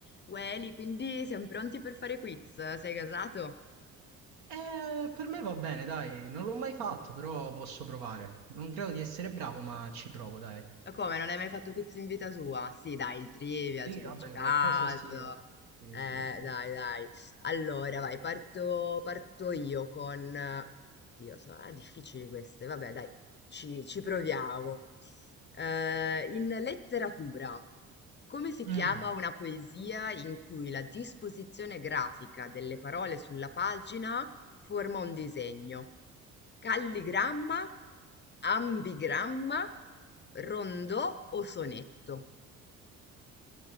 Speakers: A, on the left (about 25°); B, on the right (about 65°).
A: Welly, quindi siamo pronti per fare quiz? Sei casato?
B: Eh, per me va bene, dai, non l'ho mai fatto, però posso provare. Non credo di essere bravo, ma ci provo, dai.
A: Ma come, non hai mai fatto quiz in vita tua? Sì, dai, il trivial,
B: Sì,
A: ci abbiamo
B: vabbè,
A: giocato.
B: qualcosa sì. eh. Sì,
A: Eh,
B: sì, sì.
A: dai, dai. Allora, vai, parto, parto io con... Oddio, sono ah, difficili queste. Vabbè, dai, ci, ci proviamo. Eh, in letteratura, come si chiama
B: Mm.
A: una poesia in cui la disposizione grafica delle parole sulla pagina forma un disegno? Calligramma, ambigramma, rondò o sonetto.